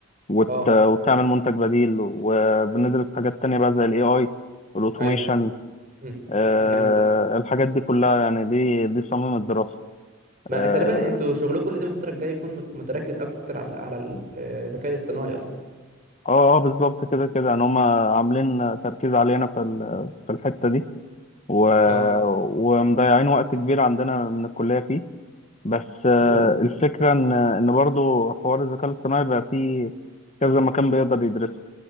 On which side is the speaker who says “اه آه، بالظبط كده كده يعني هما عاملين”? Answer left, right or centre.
Left